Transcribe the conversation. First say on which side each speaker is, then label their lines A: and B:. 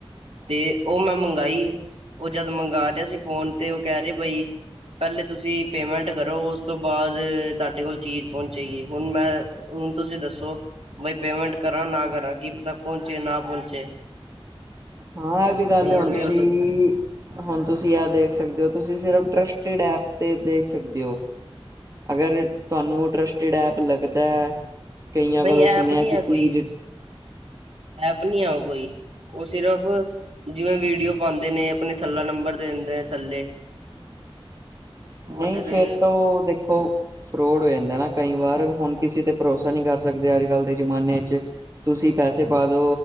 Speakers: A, on the right; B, on the right.
A: ਤੇ ਉਹ ਮੈਂ ਮੰਗਾਈ ਉਹ ਜਦ ਮੰਗਾ ਰਿਹਾ ਸੀ ਫੋਨ ਤੇ ਉਹ ਕਹਿ ਰਹੇ ਬਈ ਪਹਿਲੇ ਤੁਸੀਂ ਪੇਮੈਂਟ ਕਰੋ ਉਸ ਤੋਂ ਬਾਅਦ ਤੁਹਾਡੇ ਕੋਲ ਚੀਜ਼ ਪਹੁੰਚੇਗੀ ਹੁਣ ਮੈਂ ਹੁਣ ਤੁਸੀਂ ਦੱਸੋ ਬਈ ਪੇਮੈਂਟ ਕਰਾਂ ਨਾ ਕਰਾਂ ਕੀ ਪਤਾ ਪਹੁੰਚੇ ਨਾ ਪਹੁੰਚ
B: ਹਾਂ ਇਹ ਵੀ ਗੱਲ
A: ਫਰੋਡ
B: ਹੁਣ
A: ਵੀ
B: ਤੁਸੀਂ
A: ਹੋ ਸਕਦਾ
B: ਹੁਣ ਤੁਸੀਂ ਆ ਦੇਖ ਸਕਦੇ ਹੋ ਤੁਸੀਂ ਸਿਰਫ ਟਰਸਟਡ ਐਪ ਤੇ ਦੇਖ ਸਕਦੇ ਹੋ
A: <inaudible>
B: ਅਗਰ ਤੁਹਾਨੂੰ ਟਰਸਟਡ ਐਪ ਲੱਗਦਾ ਹੈ ਕਈਆਂ
A: ਨਹੀਂ
B: ਕੋਲੋਂ
A: ਐਪ
B: ਸੁਣਿਆ
A: ਨੀ
B: ਕਿ
A: ਹੈ
B: ਚੀਜ਼
A: ਕੋਈ ਐਪ ਨੀ ਆ ਕੋਈ ਉਹ ਸਿਰਫ ਜਿਵੇਂ ਵੀਡੀਓ ਪਾਉਂਦੇ ਨੇ ਆਪਣੇ ਥੱਲਾ ਨੰਬਰ ਦਿੰਦੇ ਨੇ ਥੱਲੇ ਉਹਦੇ
B: ਨਹੀਂ
A: ਤੇ
B: ਫੇਿਰ ਤੋਂ ਦੇਖੋ ਫਰੋਡ ਹੋ ਜਾਂਦਾ ਨਾ ਕਈ ਵਾਰ ਹੁਣ ਕਿਸੇ ਤੇ ਭਰੋਸਾ ਨਹੀਂ ਕਰ ਸਕਦੇ ਅੱਜ ਕੱਲ ਦੇ ਜ਼ਮਾਨੇ ਚ ਤੁਸੀਂ ਪੈਸੇ ਪਾ ਦੋ